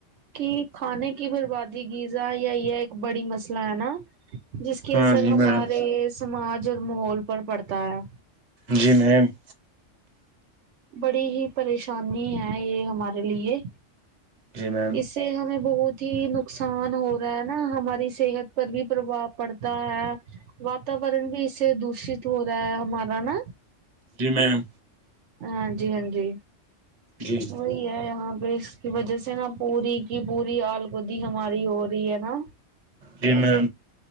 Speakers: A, on the right; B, on the right.
A: کہ کھانے کی بربادی یزا یا یہ ایک بڑی مسئلہ ہے نا جس کی
B: ہاں
A: اثر
B: جی
A: ہمارے
B: میڈم
A: سماج اور ماحول پر پڑتا ہے
B: جی میم
A: بڑی ہی پریشانی ہے یہ ہمارے لیے
B: جی میم
A: اس سے ہمیں بہت ہی نقصان ہو رہا ہے نا ہماری صحت پر بھی پربھؤ پڑتا ہے واتاورن بھی اس سے دوشت ہو رہا ہے ہمارا نا
B: جی میںیم
A: ہاں جی ہاں جی
B: جی
A: وہ یہاں پہ اس کی وجہ سے نا پوری کی پوری آلگودی ہماری ہو رہی ہے نا
B: جی میں